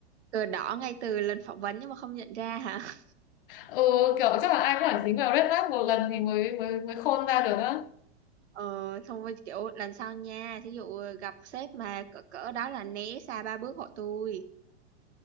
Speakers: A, on the right; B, on the left.
A: cờ đỏ ngay từ lần phỏng vấn nhưng mà không nhận ra hả
B: ừ kiểu chắc là ai cũng phải dính vào red flag một lần thì mới mới mới khôn ra được á
A: ờ xong rồi kiểu lần sau nha thí dụ gặp sếp mà cỡ cỡ đó là né xa ba bước hộ tôi